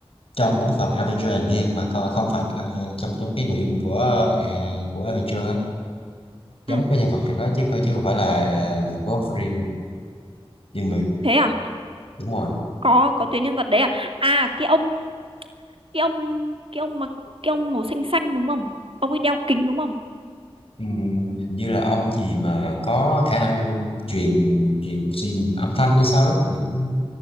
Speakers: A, on the left; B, on the right.
A: trong cái phần Avenger Endgame mà co- không phải ờ, trong trong cái nội dung của ờ, của Avenger á. giống
B: ừ
A: cái nhân vật nào đó chứ không- chứ không phải là uh, Wolverine nữa. nhưng mà
B: thế à
A: đúng rồi
B: có có tuyến nhân vật đấy à à cái ông cái ông cái ông mà cái ông màu xanh xanh đúng không ông ấy đeo kính đúng không
A: Ừ, hình như là ông gì mà có khả năng truyền truyền truyền âm thanh hay sao đấy mình cũng-